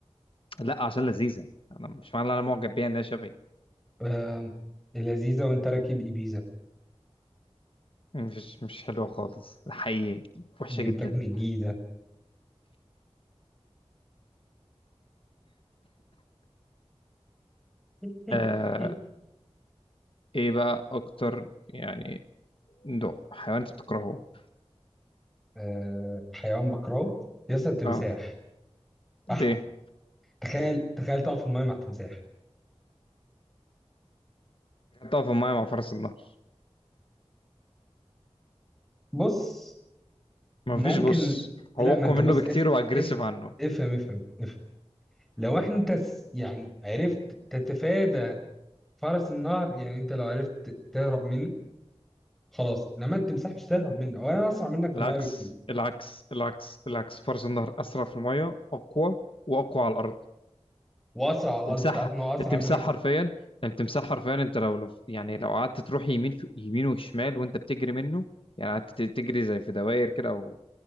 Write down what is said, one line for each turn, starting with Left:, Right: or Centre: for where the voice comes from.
Left: لا عشان لذيذه انا مش معنى إن انا معجب بيها انها شبهي
Centre: آه لذيذة وانت راكب ايبيزا
Left: مش مش حلوه خالص حقيقي وحشه
Centre: جبتك
Left: جدا
Centre: من الجيزة <laughs>
Left: آه ايه بقى اكتر يعني نوع حيوان انت بتكرهه
Centre: آه حيوان بكرهه ياسر تمساح
Left: اه
Centre: احمد
Left: ليه
Centre: تخيل تخيل تقف في المايه مع تمساح
Left: تقف في المايه مع فرس النهر
Centre: بص
Left: ما
Centre: ممكن
Left: فيش بص
Centre: لا
Left: هو اقوى
Centre: ما انت
Left: منه
Centre: بص
Left: بكتير
Centre: افهم
Left: واجريسيف
Centre: افهم
Left: عنه
Centre: افهم افهم افهم لو انت س- يعني عرفت تتفادى فرس النهر يعني انت لو عرفت تهرب منه خلاص انما التمساح مش تهرب منه وانا اسرع منك في
Left: العكس
Centre: المايه بكتير
Left: العكس العكس العكس فرس النهر اسرع في المايه اقوى واقوى على الارض
Centre: واسرع على
Left: تمساح
Centre: الارض انت عارف ان هو اسرع
Left: التمساح
Centre: منك
Left: حرفيا التمساح حرفيا انت لو لو- يعني لو قعدت تروح يمين في يمين وشمال وانت بتجري منه يعني قعدت ت- تجري زي في دوائر كده او